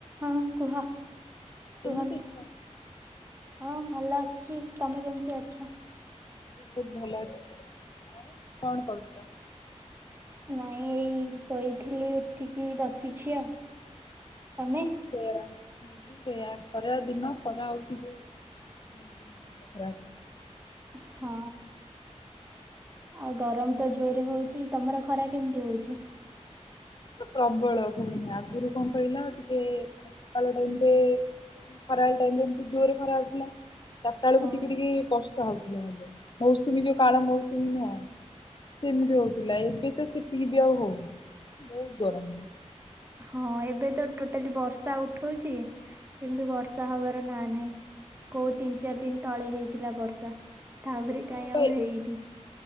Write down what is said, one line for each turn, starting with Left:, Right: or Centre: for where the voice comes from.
Right: ହଁ କୁହ କୁହନ୍ତୁ
Left: କେମିତି ଅଛ?
Right: ହଁ ଭଲ ଅଛି ତମେ କେମିତି ଅଛ
Left: ବହୁତ ଭଲ ଅଛି ଆଉ କଣ କରୁଛ
Right: ନାଇଁ ଏଇ ଶୋଇଥିଲି ଉଠିକି ବସିଛି ଆଉ ତମେ?
Left: ମୁଁ ବି ସେଇୟା ମୁଁ ବିି ସେଇୟଆ ଖରା ଦିନ ଖରା ହଉଛି ଯୋଉ <unintelligible>
Right: ହଁ ଆଉ
Left: ସେଇଆ
Right: ଗରମ
Left: ବା
Right: ତ ଜୋରରେ ହଉଛି ତମର ଖରା କେମିତି ହଉଛି
Left: ପ୍ରବଳ କୁହନି ଆଗରୁ କଣ କହିଲା ଟିକେ ସକାଳ ଟାଇମରେ ଖରା ବେଳେ ଟାଇମ ରେ ଏମିତି ଜୋରରେ ଖରା ହଉଥିଲା ଚାରିଟା ବେଳକୁ
Right: ହଁ
Left: ଟିକେ ଟିକେ ବର୍ଷା ହଉଥିଲା ହେଲେ ମୌସୁମୀ ଯଉ କାଳ ମୌସୁମୀ ନୁହଁ ସେମିତି ହଉଥିଲା ଏବେ ତ ସେତିକି ବି ଆଉ ହଉନି। ବହୁତ ଗରମ
Right: ହଁ ଏବେ ତ ଟୋଟାଲି ବର୍ଷା ଉଠଉଛି କିନ୍ତୁ ବର୍ଷା ହବାର ର ନା ନାଇଁ କୋଉ ତିନି ଚାରି ଦିନ ତଳେ ହେଇଥିଲା ବର୍ଷା। ତାପରେ
Left: ହଁ
Right: କାଇଁ
Left: ବା
Right: ଆଉ ହେଇନି।